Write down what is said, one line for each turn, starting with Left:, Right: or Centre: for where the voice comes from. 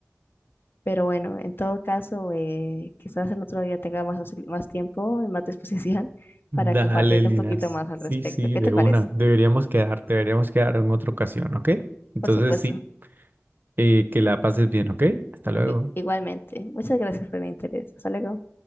Left: Pero bueno, en todo caso, eh, quizás en otro día tenga más, más tiempo y más <laughs> disposición para
Right: Dale,
Left: compartirte
Right: Linas.
Left: un poquito más al
Right: Sí,
Left: respecto.
Right: sí,
Left: ¿Qué
Right: de
Left: te parece?
Right: una. Deberíamos quedar, deberíamos quedar en otra ocasión, ¿ok? Entonces,
Left: Por supuesto.
Right: sí, eh, que la pases bien, ¿ok? Hasta luego.
Left: I- igualmente. Muchas gracias por el interés. Hasta luego.